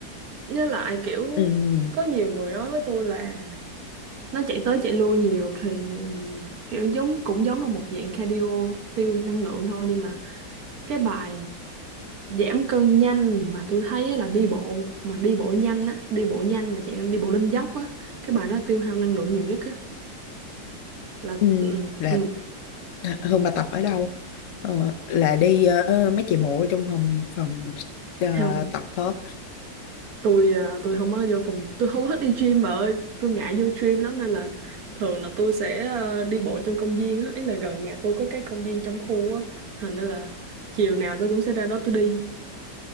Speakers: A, on the right; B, on the left.
A: Với lại kiểu
B: ừ,
A: có nhiều người nói với tôi là nó chạy tới chạy lui nhiều thì kiểu giống cũng giống là một dạng cardio tiêu năng lượng thôi nhưng mà cái bài giảm cân nhanh mà tôi thấy á là đi bộ mà đi bộ nhanh á đi bộ nhanh mà dạng đi bộ lên dốc á cái bài đó tiêu hao năng lượng nhiều nhất á là
B: ừ.
A: ừ,
B: là
A: ừ,
B: À, Hương bà tập ở đâu? Ờ, là đi ờ, mấy chị bộ trong phòng phòng ờ,
A: không
B: tập hết.
A: tôi à, tôi không có vô phòng tôi không có thích đi gym bà ơi tôi ngại vô gym lắm nên là thường là tôi sẽ à, đi bộ trong công viên á ý là gần nhà tôi có cái công viên trong khu á thành ra là chiều nào tôi cũng sẽ ra đó tôi đi